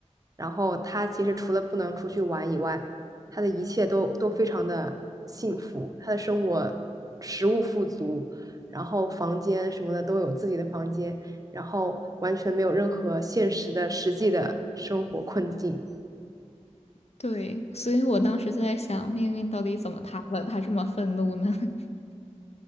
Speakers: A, on the right; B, on the left.
A: 然后他其实除了不能出去玩以外，他的一切都都非常的幸福，他的生活食物富足。然后房间什么的都有自己的房间，然后完全没有任何现实的实际的生活困境。
B: 对，所以我当时就在想，命运到底怎么塌了？他这么愤怒呢？<laughs>